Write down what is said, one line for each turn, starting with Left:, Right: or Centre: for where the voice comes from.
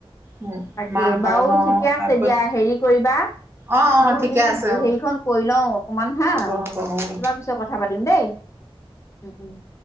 Right: উ
Left: তাকে
Right: মাক
Left: বাৰু
Right: মানে ন
Left: ঠিকে আছে
Right: আকৌ
Left: দিয়া হেৰি কৰিবা।
Right: অ অ
Left: মোৰ
Right: ঠিকে
Left: এই
Right: আছে অ
Left: হেৰিখন কৰি লওঁ অকমান হাঁ তোমাক
Right: হ'ব হ'ব অ
Left: পিছত কথা- কথা পাতিম দিম দেই, উম উম'।